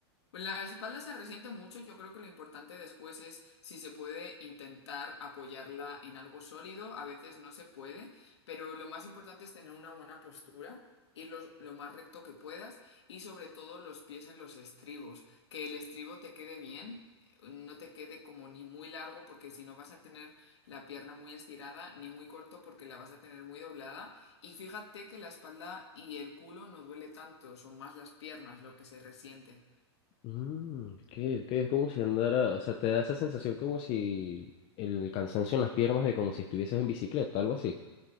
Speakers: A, on the left; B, on the left.
A: Pues la espalda se resiente mucho, yo creo que lo importante después es si se puede intentar apoyarla en algo sólido, a veces no se puede, pero lo más importante es tener una buena postura, ir los- lo más recto que puedas y sobre todo los pies en los estribos, que el estribo te quede bien, no te quede como ni muy largo porque si no vas a tener la pierna muy estirada, ni muy corto porque la vas a tener muy doblada y fíjate que la espalda y el culo no duele tanto, son más las piernas lo que se resiente.
B: Mm, que que es como si andara, o sea, te da esa sensación como si el cansancio en las piernas de como si estuvieses en bicicleta, algo así.